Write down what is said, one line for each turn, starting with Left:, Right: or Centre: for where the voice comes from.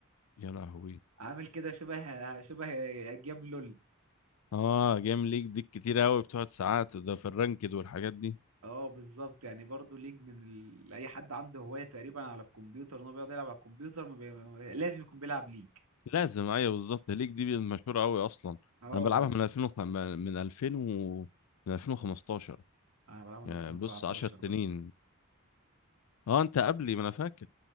Left: يا لهوي
Right: عامل كده شبه شبه جيم لول
Left: اه جيم ليك دي كتير قوي بتقعد ساعات ده في الرانكد والحاجات دي
Right: اه بالظبط يعني برضو ليج من ال... اي حد عنده هوايه تقريبا على الكمبيوتر ان هو بيقعد يلعب على الكمبيوتر ما بي... ما- لازم يكون بيلعب ليج
Left: لازم ايوه بالظبط ليك دي مشهوره قوي اصلا
Right: اه
Left: انا بلعبها من 2000 وخ... من 2000 و... من 2015
Right: انا بلعب من
Left: يعني
Right: 2014
Left: بص 10 سنين
Right: بقى
Left: اه انت قبلي ما انا فاكر